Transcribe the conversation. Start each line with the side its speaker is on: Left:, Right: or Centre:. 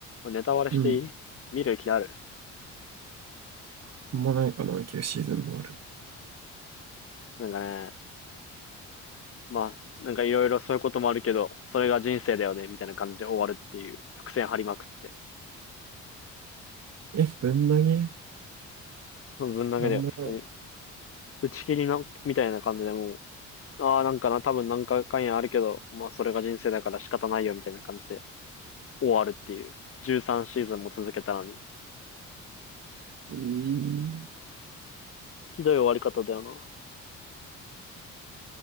Left: ネタバレしていい見る気ある
Right: うん。あんまないかな、旧シーズンもある。
Left: なんかね、まあ、なんかいろいろそういうこともあるけど、それが人生だよね、みたいな感じで終わるっていう、伏線張りまくって。
Right: え、ぶん投げ
Left: その分だけだよ、
Right: なんもない。
Left: 普通に。打ち切りなみたいな感じでもう、ああ、なんかな、多分なんか関やあるけど、まあそれが人生だから仕方ないよ、みたいな感じで終わるっていう。13シーズンも続けたのに。
Right: いい。
Left: ひどい終わり方だよな。